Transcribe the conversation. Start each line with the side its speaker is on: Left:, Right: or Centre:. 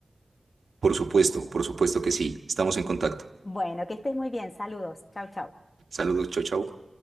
Right: Por supuesto, por supuesto que sí, estamos en contacto.
Left: Bueno, que estés muy bien, saludos, chau, chau.
Right: Saludos, chao, chao.